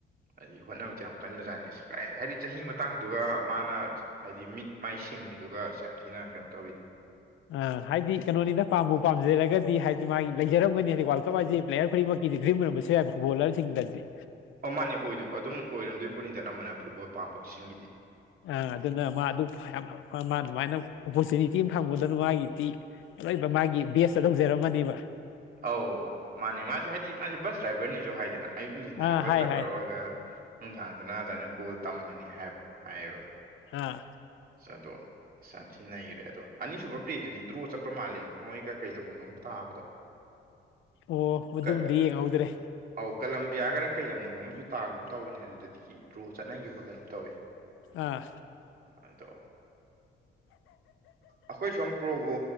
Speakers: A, on the right; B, on the left.
A: ꯍꯥꯏꯗꯤ ꯍꯣꯠꯅꯕꯗ ꯌꯥꯝ ꯀꯟꯕꯖꯥꯠꯅꯦ ꯀꯥꯏ ꯍꯥꯏꯗꯤ ꯆꯍꯤ ꯃꯇꯥꯡꯗꯨꯒ ꯃꯥꯅ ꯍꯥꯏꯗꯤ ꯃꯤꯠ ꯃꯥꯏ ꯁꯤꯡꯉꯅꯤ ꯑꯗꯨꯒ ꯁꯦꯝ ꯌꯥꯝꯊꯤꯅ ꯀꯩꯅꯣ ꯇꯧꯕꯤꯗ
B: ꯑ ꯍꯥꯏꯗꯤ ꯀꯩꯅꯣꯅꯤꯗ ꯄꯥꯝꯕꯨ ꯄꯥꯝꯖꯩꯔꯒ ꯒꯗꯤ ꯍꯥꯏꯗꯤ ꯃꯥꯒꯤ ꯂꯩꯖꯔꯝꯒꯅꯤ ꯍꯥꯏꯗꯤ ꯋꯥꯔꯜ ꯀꯞ ꯍꯥꯏꯁꯦ ꯄ꯭ꯂꯦꯔ ꯈꯨꯗꯤꯡꯃꯛꯀꯤꯗꯤ ꯗ꯭ꯔꯤꯝ ꯑꯣꯏꯔꯝꯕꯁꯨ ꯌꯥꯏ ꯐꯨꯠꯕꯣꯂꯔꯁꯤꯡꯗꯗꯤ
A: ꯑ ꯃꯥꯅꯦ ꯑꯣꯏꯗ ꯑꯗꯨꯝ ꯑꯣꯏꯔꯝꯗꯣꯏ ꯄꯣꯠꯅꯤꯗ ꯑꯅꯝꯕꯅ ꯐꯨꯠꯕꯣꯜ ꯄꯥꯝꯕꯁꯤꯡꯒꯤꯗꯤ
B: ꯑ ꯑꯗꯨꯅ ꯃꯥ ꯑꯗꯨ ꯌꯥꯝꯅ ꯃꯥ ꯑꯗꯨꯃꯥꯏꯅ ꯑꯣꯄꯣꯔꯆꯨꯅꯤꯇꯤ ꯑꯃ ꯐꯪꯕꯗꯅ ꯃꯥꯒꯤꯗꯤ ꯑꯔꯣꯏꯕ ꯃꯥꯒꯤ ꯕꯦꯁꯇ ꯇꯧꯖꯔꯝꯃꯅꯤꯕ
A: ꯑꯧ ꯃꯥꯅꯦ ꯃꯥꯁꯦ ꯍꯥꯏꯗꯤ ꯃꯥꯁꯦ ꯕꯁ ꯗ꯭ꯔꯥꯏꯚꯔꯅꯤꯁꯨ ꯍꯥꯏꯗꯅ ꯑꯌꯨꯛꯅꯤꯟꯗꯅ
B: ꯑꯥ
A: ꯕꯁ
B: ꯍꯥꯏ
A: ꯗ꯭ꯔꯥꯏꯚꯔ
B: ꯍꯥꯏ
A: ꯑꯣꯏꯔꯒ ꯅꯨꯡꯗꯥꯡꯗꯅ ꯑꯗꯨꯃꯥꯏꯅ ꯀꯣꯜ ꯇꯝꯕꯅꯤ ꯍꯥꯏꯕꯅꯦ ꯍꯥꯏꯕ
B: ꯑꯥ
A: ꯆꯠꯇꯣ ꯑꯁ ꯌꯥꯝ ꯊꯤꯅꯩꯈ꯭ꯔꯦ ꯑꯗꯣ ꯑꯅꯤꯁꯨꯕ ꯄ꯭ꯂꯦꯗꯨꯗꯤ ꯗ꯭ꯔꯣ ꯆꯠꯄ ꯃꯥꯜꯂꯦ ꯃꯣꯏꯒ ꯀꯩ ꯂꯝꯒꯅꯣꯝ ꯇꯥꯕꯗꯣ
B: ꯑꯣ ꯑꯗꯨꯝꯗꯤ
A: ꯀ-
B: ꯌꯦꯡꯍꯧꯗ꯭ꯔꯦ
A: ꯑꯧ ꯀꯂꯝꯕꯤꯌꯥꯒꯔ ꯀꯩ ꯂꯝꯒꯅꯣ ꯑꯃꯁꯨ ꯇꯥꯒꯨꯝ ꯇꯧꯕꯅꯤ ꯑꯗꯨꯗꯤ ꯗ꯭ꯔꯣ ꯆꯠꯅꯈꯤꯕ ꯀꯩꯅꯣꯝ ꯇꯧꯋꯦ
B: ꯑꯥ
A: ꯑꯗꯣ ꯑꯩꯈꯣꯏ ꯁꯣꯝ ꯕ꯭ꯔꯣꯕꯨ